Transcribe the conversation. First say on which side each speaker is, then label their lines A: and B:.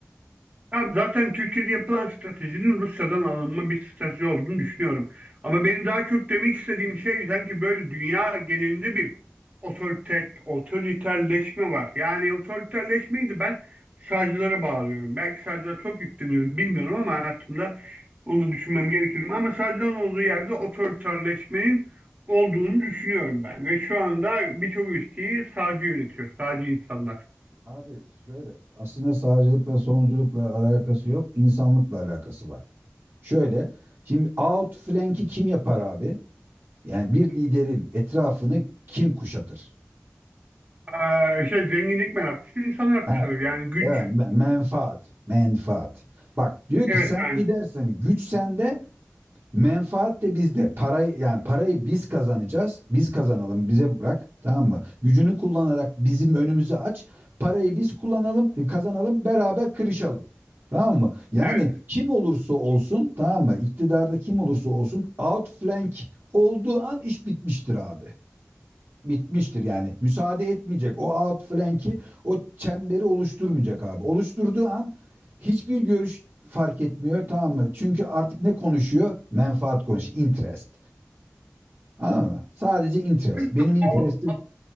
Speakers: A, on the right; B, on the right.
A: Ya zaten Türkiye'de yapılan stratejinin Rusya'dan alınma bir strateji olduğunu düşünüyorum. Ama benim daha çok demek istediğim şey sanki böyle dünya genelinde bir otoriter, otoriterleşme var. Yani otoriterleşmeyi de ben sağcılara bağlıyorum. Belki sağcılara çok yükleniyorum bilmiyorum ama hayatımda onu düşünmem gerekir mi? Ama sağcıların olduğu yerde otoriterleşmenin olduğunu düşünüyorum ben. Ve şu anda birçok ülkeyi sağcı yönetiyor, sağcı insanlar.
B: Abi şöyle aslında sağcılıkla solunculukla alakası yok. insanlıkla alakası var. Şöyle şimdi outflank'i kim yapar abi? Yani bir liderin etrafını kim kuşatır?
A: Ee, şey zenginlik meraklısı insanlar
B: Ha,
A: kuşanıyor. Yani güç
B: evet, menfaat, menfaat. Bak diyor
A: Evet
B: ki sen
A: yani.
B: lidersin, güç sende, Menfaat de bizde. Parayı yani parayı biz kazanacağız. Biz kazanalım. Bize bırak. Tamam mı? Gücünü kullanarak bizim önümüzü aç. Parayı biz kullanalım, kazanalım, beraber kırışalım. Tamam mı? Yani
A: Evet.
B: kim olursa olsun,
A: Şimdi
B: tamam mı? İktidarda kim olursa olsun outflank olduğu an iş bitmiştir abi bitmiştir yani. Müsaade etmeyecek. O outflank'i, o çemberi oluşturmayacak abi. Oluşturduğu an hiçbir görüş fark etmiyor tamam mı? Çünkü artık ne konuşuyor? Menfaat konuşuyor. Interest. Anladın mı? Sadece interest.
A: bu mesela
B: Benim interestim
A: Al-